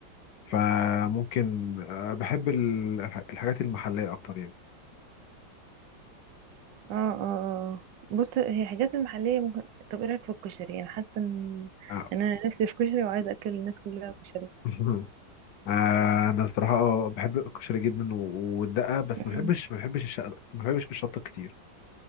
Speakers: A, on the left (about 65°); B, on the right (about 75°).
A: فممكن آه بحب ال- الح- الحاجات المحلية أكتر يعني
B: اه اه اه بص هي حاجات المحلية ممكن طب ايه رأيك في الكشري انا حاسة ان
A: آه.
B: إن انا نفسي في كشري وعايزة اكل الناس كلها كشري
A: <laughs> آه أنا الصراحة بحب الكشري جدا و- والدقة بس
B: مم.
A: ما بحبش ما بحبش الشط ما بحبش الشطة كتير